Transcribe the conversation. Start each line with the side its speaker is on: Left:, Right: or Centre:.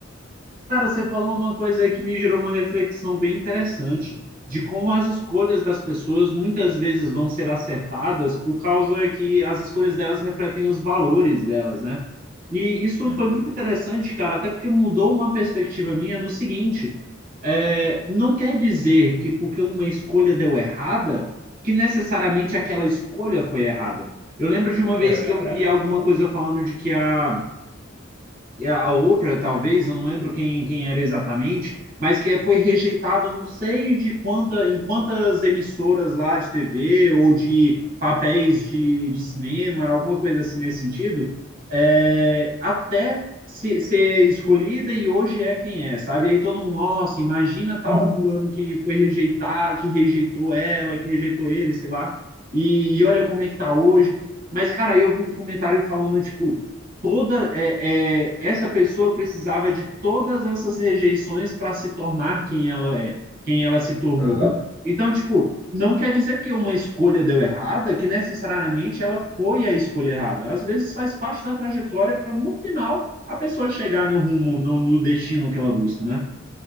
Right: Cara, você falou uma coisa aí que me gerou uma reflexão bem interessante de como as escolhas das pessoas muitas vezes vão ser acertadas por causa que as escolhas delas refletem os valores delas, né? E isso
Left: Uhum.
Right: foi muito interessante, cara, até porque mudou uma perspectiva minha no seguinte: é, não quer dizer que porque uma escolha deu errada, que necessariamente aquela escolha foi errada. Eu lembro de uma vez
Left: É.
Right: que eu vi
Left: né?
Right: alguma coisa falando de que a é, a outra, talvez, eu não lembro quem, quem era exatamente, mas que é, foi rejeitado, não sei de quanta, em quantas emissoras lá de TV ou de papéis de, de cinema, alguma coisa assim nesse sentido, é, até se- ser escolhida e hoje é quem é, sabe? Aí todo mundo, nossa, imagina tal fulano que foi rejeitado, que rejeitou ela, que rejeitou ele, sei lá, e, e olha como é que tá hoje. Mas, cara, eu vi um comentário falando, tipo, toda é, é, essa pessoa precisava de todas essas rejeições para se tornar quem ela é, quem ela se tornou.
Left: Aham.
Right: Então, tipo, não quer dizer que uma escolha deu errada, que necessariamente ela foi a escolha errada. Às vezes faz parte da trajetória para no final a pessoa chegar no rumo, no, no destino que ela busca, né?